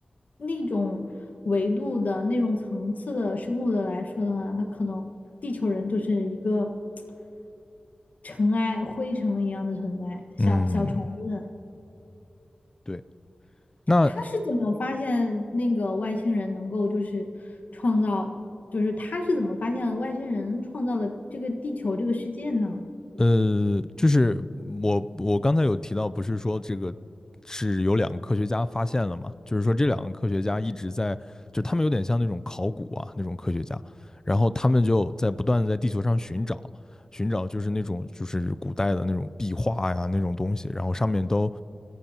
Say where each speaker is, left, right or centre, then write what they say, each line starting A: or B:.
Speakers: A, on the left (about 65°); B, on the left (about 20°).
A: 那种维度的那种层次的生物的来说的话，他可能地球人就是一个 <tsk> 尘埃、灰尘一样的存在，小小虫子。
B: 嗯，对，那
A: 他是怎么发现那个外星人能够就是创造，就是他是怎么发现外星人创造了这个地球这个世界呢？
B: 呃，就是我我刚才有提到，不是说这个是有两个科学家发现了嘛？就是说这两个科学家一直在，就他们有点像那种考古啊那种科学家，然后他们就在不断的在地球上寻找，寻找就是那种就是古代的那种壁画呀那种东西，然后上面都